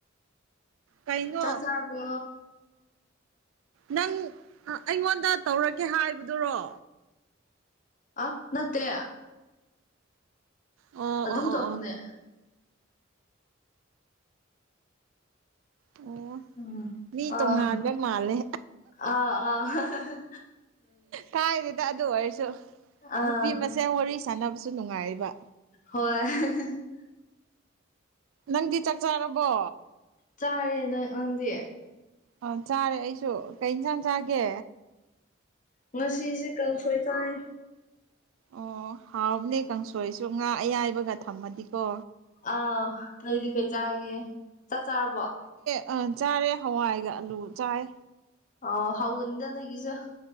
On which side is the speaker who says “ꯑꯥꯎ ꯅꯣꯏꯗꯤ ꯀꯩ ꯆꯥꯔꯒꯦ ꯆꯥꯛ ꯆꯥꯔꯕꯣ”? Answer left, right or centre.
Left